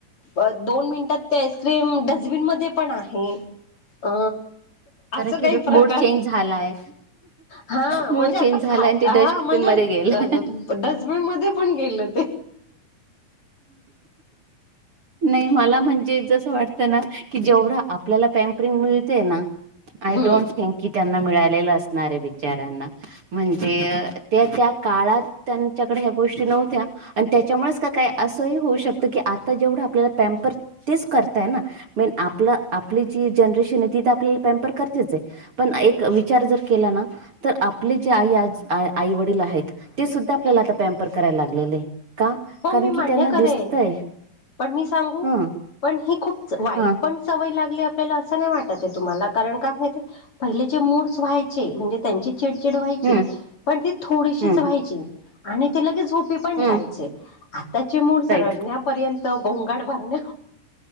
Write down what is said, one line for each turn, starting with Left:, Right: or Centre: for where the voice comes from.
Left: दोन मिनिटात ते आईस्क्रीम डस्टबिन मध्ये पण आहे अ
Right: कारण
Left: असं काही
Right: की
Left: प्रकार
Right: मूड चेंज झालाय.
Left: हा
Right: मूड
Left: म्हणजे
Right: चेंज
Left: आता
Right: झालाय
Left: खाय
Right: आणि ते
Left: हा
Right: डस्टबिन
Left: म्हणजे
Right: मध्ये गेलाय
Left: डस्टबिन मध्ये पण गेलं ते
Right: नाही मला म्हणजे जस वाटत ना की जेवढं आपल्याला पॅमपरिंग मिळतेय ना. आय
Left: हम्म
Right: डोंट थिंक की त्यांना मिळालेलं असे. णारे बिचाऱ्यांना म्हणजे त्या त्या काळात त्यांच्याकडे ह्या गोष्टी नव्हत्या आणि त्याच्यामुळेच काय असंही होऊ शकत की आता जेवढं आपल्याला पॅम्पर तेच करताय ना मेन आपलं आपली जी जनरेशन आहे ती तर आपल्याला पॅम्पर करतेच आहे पण एक विचार जर केला ना तर आपले जे आई आ आई वडील आहेत ते सुद्धा आपल्--याला आता पॅम्पर करायला लागलेले आहे का.
Left: हो
Right: कारण
Left: मी
Right: की
Left: मान्य
Right: त्यांना
Left: करेन
Right: दिसतय
Left: पण मी सांगू
Right: ह
Left: पण ही खूप वाईट
Right: ह
Left: पण सवय लागली आप अस नाही वाटत तुम्हाला कारण काय पहिलेचे मूडस व्हायचे म्हणजे त्यांचे चिडचिड व्हायची
Right: हम्म
Left: पण ती थोडीशीच
Right: हम्म
Left: राहायची. आणि ते लगेच झो- मी पण
Right: हम्म
Left: जायचे. आताचे मूडस
Right: राईट
Left: रडण्यापर्यंत बोंगाड भांगन्य.